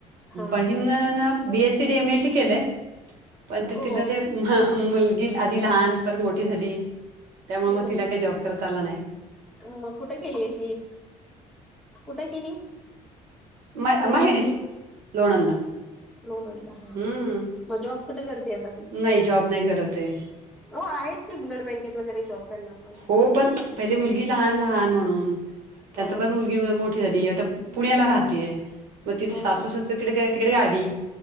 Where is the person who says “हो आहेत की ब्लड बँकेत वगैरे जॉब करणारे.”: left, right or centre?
Centre